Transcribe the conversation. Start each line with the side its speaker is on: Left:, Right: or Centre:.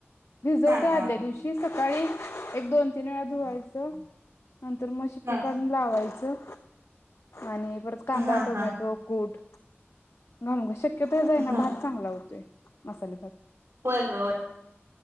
Left: भिजवतय
Right: हा हा
Left: आदल्या दिवशीच सकाळी एक दोन तीन वेळा धुवायचं नंतर मग शिट्टी
Right: ह
Left: काढून लावायचं आणि परत कांदा
Right: हा
Left: टोमॅटो
Right: हा
Left: कूट घालुन ग शक क्यतो जाईना
Right: हा
Left: भात चांगला होतोय. मसाले भात
Right: होय, होय व